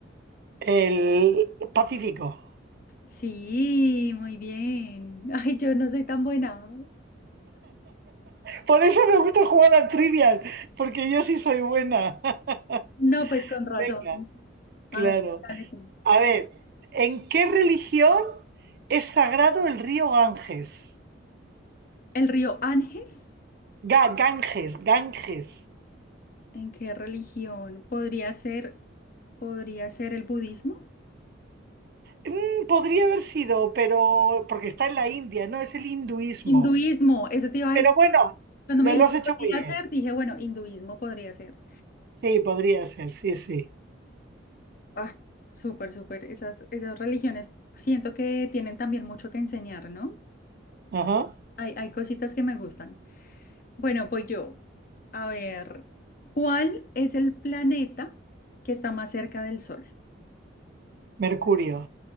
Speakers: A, on the right; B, on the left.
A: el Pacífico.
B: Sí, muy bien. <laughs> Ay, yo no soy tan buena.
A: Por eso me gusta jugar al trivial, porque yo sí soy buena. <laughs>
B: No, pues con razón.
A: Venga, claro.
B: A ver, dale tú.
A: A ver, ¿en qué religión es sagrado el río Ganges?
B: El río Ganges,
A: Ga- Ganges, Ganges.
B: ¿en qué religión? ¿Podría ser, podría ser el budismo?
A: Mm, podría haber sido, pero porque está en la India, ¿no? Es el hinduismo.
B: Hinduismo, eso te iba
A: Pero
B: a decir.
A: bueno,
B: Cuando
A: lo,
B: me dijiste
A: lo has hecho
B: podría
A: muy bien.
B: ser, dije, bueno, hinduismo podría ser.
A: Sí, podría ser, sí, sí.
B: Ah, súper, súper. Esas, esas religiones siento que tienen también mucho que enseñar, ¿no?
A: Ajá.
B: Hay, hay cositas que me gustan. Bueno, voy yo. A ver, ¿cuál es el planeta que está más cerca del Sol?
A: Mercurio.